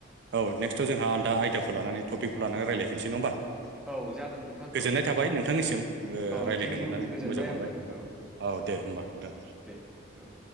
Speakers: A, on the right (about 55°); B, in the centre.
A: औ नेक्स्टआव जों दा आइदाखौ लानानै टपिकखौ लानानै रायफिसै नङा होनबा। गोजोननाय
B: औ जागोन नोंथां औ
A: थाबाय नोंथांनिसिम
B: औ
A: रायज्लायनो
B: थेंकिउ
A: मोननानै
B: गोजोनबाय
A: मोजां मोनबाय।
B: आंबो औ
A: औ दे होनोमबा नोंथां।
B: दे औ